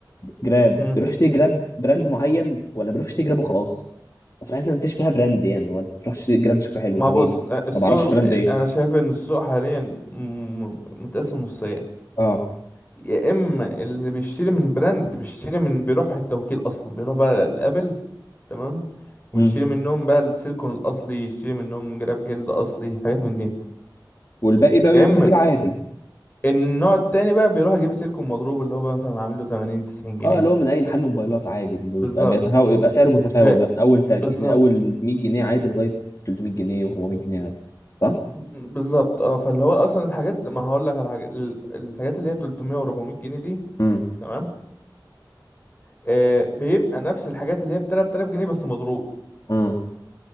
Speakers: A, on the left; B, on the left.
A: جراب
B: امم
A: بيروح يشتري جراب براند معين ولا بيروح يشتري جراب وخلاص اصل بحس ان مفيش فيها براند يعني ولا تروح تشتري جراب ده شكله حلو
B: ما
A: بجيبه
B: بص السوق
A: ما بعرفش براند ايه
B: انا شايف ان السوق حاليا م- متقسم نصين
A: اه
B: يا اما اللي بيشتري من براند بيشتري من بيروح التوكيل اصلا بيروح بقى لابل تمام ويشتري
A: امم
B: منهم بقى السيليكون الاصلي يشتري منهم جراب جلد اصلي حاجات من دي
A: والباقي بقى
B: يا
A: بيروح
B: اما
A: يجيب عادي
B: النوع التاني بقى بيروح يجيب سيليكون مضروب اللي هو بقى مثلا عامل له 80 90 جنيه
A: اه اللي هو من اي محل موبايلات عادي اللي
B: بالظبط
A: بيبقى بيتفاوت يبقى سعره متفاوت
B: ف-
A: بقى من اول 30
B: بالظبط
A: من اول 100 جنيه عادي لغايه 300 جنيه و400 جنيه عادي صح؟
B: بالظبط اه فاللي هو اصلا الحاجات ما هقول لك على حاجه ال- الحاجات اللي هي 300 و400 جنيه دي
A: امم
B: تمام آه بيبقى نفس الحاجات اللي هي ب 3000 جنيه بس مضروب
A: امم